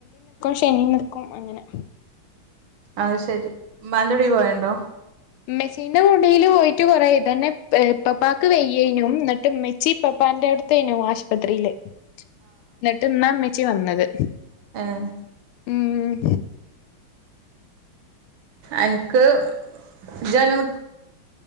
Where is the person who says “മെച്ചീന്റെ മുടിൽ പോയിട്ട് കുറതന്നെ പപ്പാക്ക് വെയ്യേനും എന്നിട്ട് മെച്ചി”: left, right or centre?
Left